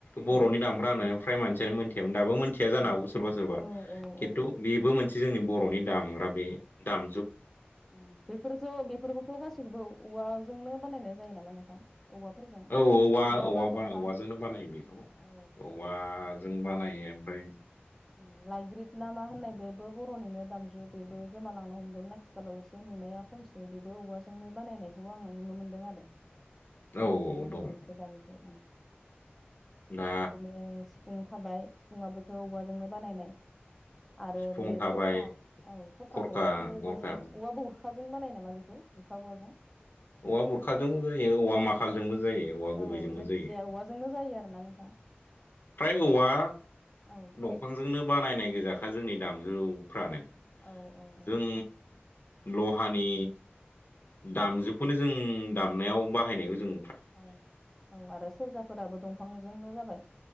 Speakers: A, on the left (about 55°); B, in the centre.
A: बर'नि
B: औ
A: दामग्रा होननानै फ्राय मानसियानो मोनथियामोन दाबो मोनथिया
B: मिथियामोन
A: जानो हागौ सोरबा सोरबा
B: औ औ
A: खिन्थु
B: औ
A: बेबो मोनसे जोंनि बर'नि दामग्रा बे दाम
B: ओ बेफोरथ' बेफोरखौथ' गासैखौबो औवाजोंनो बानायनाय जायो नामा नोंथां? औवाफोरजों
A: औ औवा औ
B: बा दंफां
A: ब औवाजोंनो बानायो बेखौ
B: औ
A: औवाजों बानायो। ओमफ्राय
B: ओ लाइग्रिद ना मा होननाय बेबो बर'निनो दामजु बेबो गोमालांनो हमदोंमोन आथिखालाव एसे नुनाया खमसै बेबो औवाजोंनो बानायनायखौ आङो नुनो मोनदों आरो। ओ
A: औ
B: लाइग्रोदा
A: औ दं
B: मोनसे दामजु।
A: दा
B: बिदिनो सिफुं थाबाय सिफुङाबोथ' औवाजोंनो बानायनाय आरो
A: सिफुं
B: बे
A: थाबाय
B: थरखा औ थरखाखौबोथ'
A: खरखा
B: औवाजों
A: गरखा
B: औवाबो बुरखाजों बानाय बानायो नामा बेखौ बुरखा औवाजों
A: औवा बुरखाजोंबो जायो औवा माखालजोंबो जायो औवा गुबैजोंबो
B: औ जायखि
A: जायो
B: जाया औवाजोंनो जायो आरो ना नोंथां।
A: फ्राय औवा
B: औ
A: दंफांजोंनो बानायनाय गोजाखा जोंनि दामजुफ्रानो
B: औ औ
A: जों लहानि दामजुखौनो जों दामनायाव बाहायनायखौजों
B: औ औ आरो सेर्जाफोराबो दंफांजोंनो जाबाय